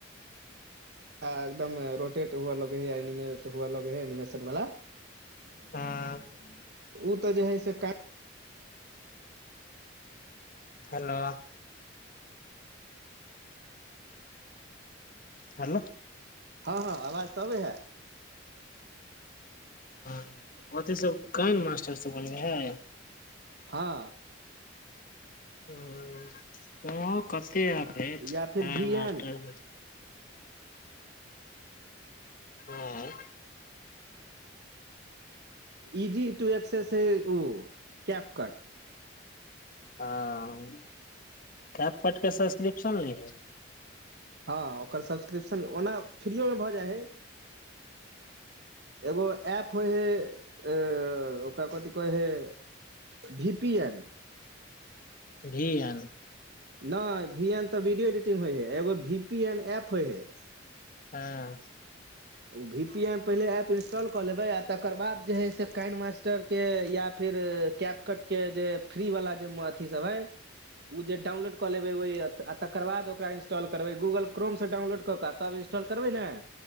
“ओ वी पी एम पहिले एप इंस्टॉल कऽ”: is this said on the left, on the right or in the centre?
Right